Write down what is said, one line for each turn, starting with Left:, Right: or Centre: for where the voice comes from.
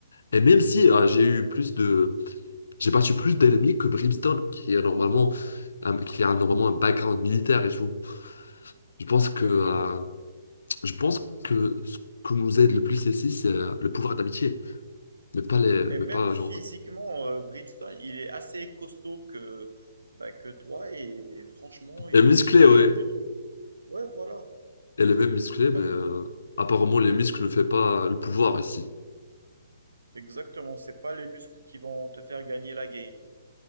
Left: Et même si euh, j'ai eu plus de J'ai battu plus d'ennemis que Brimstone, qui a normalement un, qui a normalement un background militaire et tout. Je pense
Right: Exactement.
Left: que, euh, je pense que ce que nous aide le plus ici, c'est euh, le pouvoir d'amitié, mais pas les,
Right: Et
Left: mais
Right: même
Left: pas
Right: physiquement,
Left: genre.
Right: euh, Brimstone, il est assez costaud que, bah, que toi et franchement, il
Left: Et musclé,
Right: fait rien
Left: ouais.
Right: du tout. Ouais, voilà.
Left: Elle est même musclée,
Right: Comme,
Left: mais euh, apparemment les muscles ne fait pas le pouvoir ici.
Right: exactement, c'est pas les muscles qui vont te faire gagner la game.